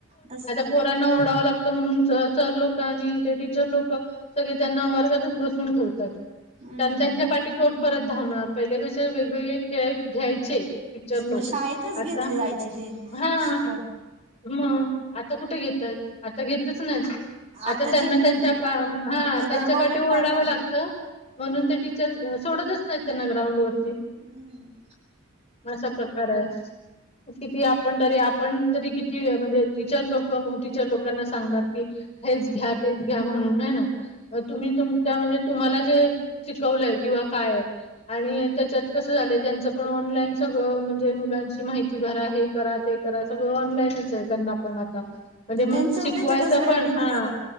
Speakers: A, on the right; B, on the left.
A: त
B: पोर्यांना ओरडावं लागतं म्हणून सर लोक आणि ते टीचर लोक. सगळे त्यांना वर्गातच बसून ठेवतात
A: हम्म
B: त्यां त्यांच्या पाठीकोट परत धावणार. पहिल्या गष्टी वेगवेगळे खेळ घ्यायचे पिक्चर लोक
A: मग शाळेतच घेतली
B: आता
A: जायची ते
B: हा.
A: शिकवण
B: मग आता कुठे घेतात आता घेतच नाही. आता
A: आताचे
B: त्यांना
A: म्हणजे
B: त्यांच्या हा त्यांच्या
A: रागावले
B: पाठी ओरडावं
A: पालक
B: लागतं म्हणून
A: हम्म
B: त्या. सोडतच नाही त्यां ना ग्राउंडवर.
A: हम्म
B: असा प्रकार आहे किती आपण तरी आपण. तरी किती म्हणजे टीचर लोक टीचर लोकांना सांगणार की हेच घ्या ते. घ्या म्हणून नाही ना तुम्ही तुमच्यामध्ये तुम्हाला जे शिकवलंय किंवा काय. आणि त्याच्यात कसं झालंय त्यांचं पण ऑनलाईन सगळं म्हणजे मुलांची माहिती भर आहे. करा ते करा सगळं ऑनलाईनच आहे त्यांना पण आता. म्हणजे
A: त्यांच त्याच्यातच
B: शिकवायचं
A: वेळ
B: पण
A: निघून
B: हा
A: जात